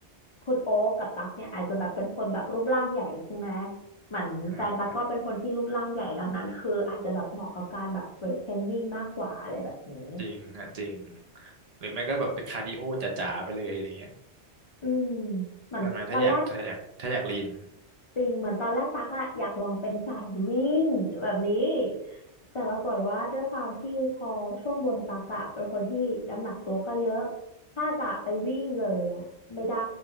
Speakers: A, on the left (about 55°); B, on the right (about 70°).
A: คุณโอ๊กกับตักเนี่ยอาจจะแบบเป็นคนแบบรูปร่างใหญ่ใช่ไหมเหมือนแฟนตักก็เป็นคนที่รูปร่างใหญ่ดังนั้นคืออาจจะแบบเหมาะกับการแบบเวทเทรนนิ่งมากกว่าอะไรแบบนี้
B: ใช่จริงฮะจริงหรือไม่ก็แบบไปคาร์ดิโอจ๋าๆไปเลยอะไรเงี้ย
A: อืมเหมือนตอนแรก
B: ใช่ไหมถ้าอยากถ้าอยากถ้าอยากลีน
A: จริงเหมือนตอนแรกตักอะอยากลองเป็นสายวิ่งแบบนี้แต่ปรากฏว่าด้วยความที่พอช่วงบนตักอะเป็นคนที่น้ำหนักตัวก็เยอะถ้าจะไปวิ่งเลยอะไม่ได้